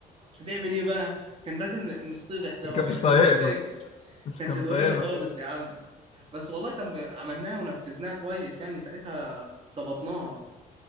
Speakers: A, on the right; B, on the left.
A: هتعمل ايه بقى؟ كان راجل م- مصطبح ده ولا
B: كان مش
A: كان
B: طايقنا
A: ايه مش فاكر
B: مش
A: كانش
B: كان
A: ضايقنا
B: طايقنا
A: خالص
B: خالص
A: يا عم بس والله كان ب- عملناها ونفذناها كويس يعني ساعتها ظبطناها